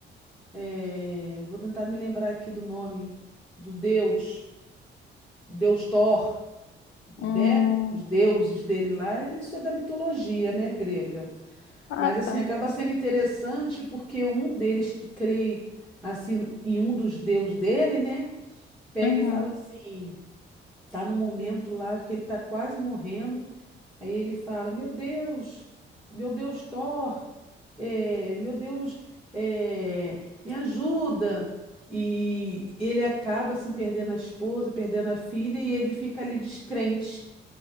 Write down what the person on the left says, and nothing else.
Hum.
Ah,
tá.
Uhum.